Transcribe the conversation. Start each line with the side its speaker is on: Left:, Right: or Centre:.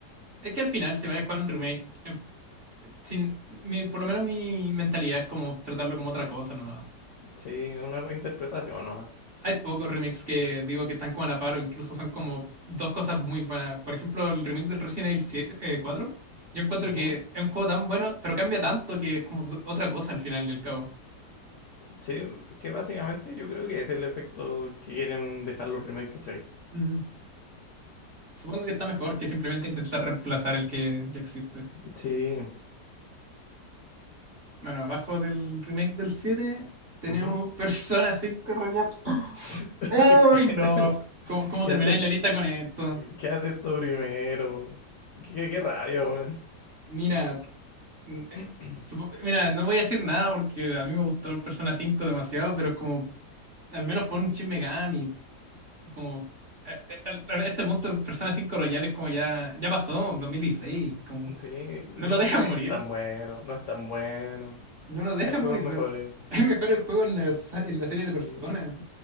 Right: Es que al final se va a jugar un remake, eh, sin, mi- por lo menos mi mentalidad es como tratarlo como otra cosa nomás.
Left: Sí, una reinterpretación nomás.
Right: Hay pocos remakes que digo que están como a la par o incluso son como dos cosas muy buenas. Por ejemplo, el remake del Resident Evil 7, eh, 4. Yo encuentro
Left: Ujú.
Right: que es un juego tan bueno, pero cambia tanto que es como do- otra cosa al final y al cabo.
Left: Sí, que básicamente yo creo que ese es el efecto que quieren dejar los remakes, ¿cachai?
Right: Mm. Supongo que está mejor que simplemente intentar reemplazar el que ya existe.
Left: Sí,
Right: Bueno, abajo del remake del 7 tenemos
Left: ujú.
Right: <laughs> Persona cinco Royal.
Left: <laughs>
Right: ¡Uy,
Left: ¿Qué
Right: no! ¿Cómo, cómo
Left: qué
Right: termináis
Left: hace,
Right: la lista con esto?
Left: qué hace esto primero? Qué, qué qué rabia, weón.
Right: Mira, mm, eh,
Left: <clears throat>
Right: supo- mira, no voy a decir nada porque a mí me gustó el Persona 5 demasiado, pero es como al menos pon un Shin Megami, como a, a- a este punto Persona cinco Royal es como ya, ya pasó, en 2016, como
Left: Sí, no,
Right: no lo dejan
Left: no
Right: morir,
Left: es tan bueno, no es tan bueno.
Right: no lo dejan
Left: Hay juegos
Right: morir,
Left: mejores.
Right: de ¿verdad? <laughs> Es mejor el juego en la, sa- en la serie de personas.
Left: Sí,